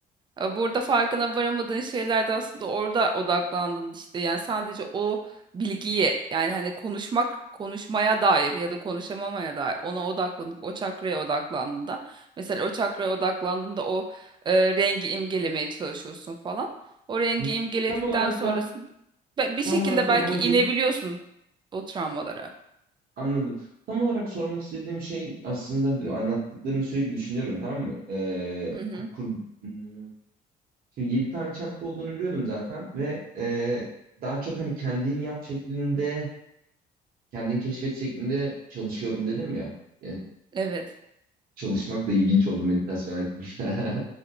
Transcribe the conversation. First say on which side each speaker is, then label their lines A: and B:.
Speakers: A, on the right (about 25°); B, on the right (about 60°).
A: E, burada farkına varamadığın şeyler de aslında orada odaklandın işte yani sadece o bilgiye yani hani konuşmak konuşmaya dair ya da konuşamamaya dair ona odaklanıp o çakraya odaklandığında mesela o çakraya odaklandığında o e, rengi imgelemeye çalışıyorsun falan. O rengi
B: Hı.
A: imgeledikten
B: Tam olarak
A: sonrasında
B: da
A: be- bir
B: tam
A: şekilde
B: olarak da
A: belki
B: bunu
A: inebiliyorsun
B: bir
A: o travmalara.
B: anladım. Tam olarak sormak istediğim şey aslında bir anlattıklarını sürekli düşünüyorum tamam mı? Ee,
A: Hı hı.
B: kur, kur- hmm, Şimdi 7 tane çakra olduğunu biliyordum zaten ve e, daha çok hani kendin yap şeklinde, kendin keşfet şeklinde çalışıyorum dedim ya. E,
A: Evet.
B: çalışmak da ilginç oldu meditasyon hakkında.